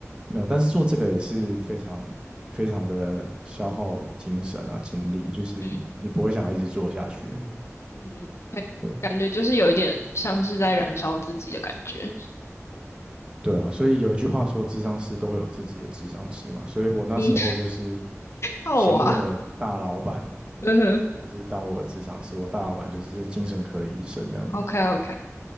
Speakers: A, on the right; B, on the left.
A: 没有，但是做这个也是非常非常的消耗精神啊、精力，就是你不会想要一直做下去。
B: 嗯嗯，对感觉就是有一点像是在燃烧自己的感觉。
A: 对，对啊，所以有一句话说，智商师都会有自己的智商师嘛。所以我那时候就是
B: 嗯，好啊，
A: 请我的大老板，
B: 嗯哼
A: 就是当我的智商师。我大老板就是精神科的医生这样。
B: ，OK OK，